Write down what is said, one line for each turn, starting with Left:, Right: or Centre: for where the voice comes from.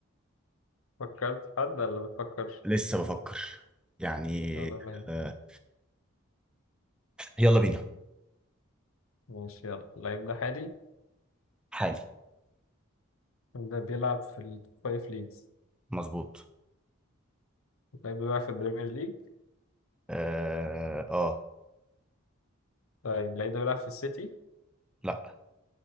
Left: فكرت في حد ولا بتفكر
Centre: لسه بفكر يعني
Left: ولا مالك
Centre: آه يلا بينا
Left: ماشي يلا اللعيب ده حالي
Centre: حالي
Left: ده بيلعب في التوب فايف ليجز
Centre: مظبوط
Left: لعيب بيلعب في البريمير ليج
Centre: اه آه،
Left: طيب اللعيب ده بيلعب في السيتي
Centre: لا